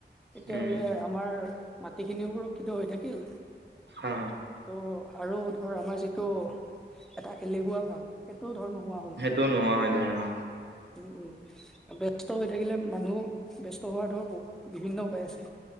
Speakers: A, in the centre; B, on the right.
A: তেতিয়াহ'লে
B: উম
A: আমাৰ মাটিখিনিও সুৰক্ষিত হৈ থাকিল
B: অ
A: ত' আৰু ধৰ আমাৰ যিটো এটা এলেহুৱা ভাৱ সেইটোও ধৰ নোহোৱা হ'ল
B: টো নোহোৱা হৈ যায় অ
A: উম উম ব্যস্ত হৈ থাকিলে মানুহ ব্যস্ত হোৱাৰ ধৰহ বিভিন্ন উপায় আছে